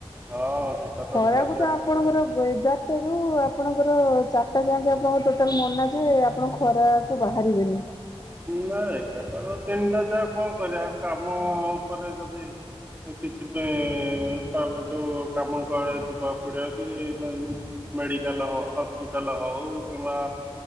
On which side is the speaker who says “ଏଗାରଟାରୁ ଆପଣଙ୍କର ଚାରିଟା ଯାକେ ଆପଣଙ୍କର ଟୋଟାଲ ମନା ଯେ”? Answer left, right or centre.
Left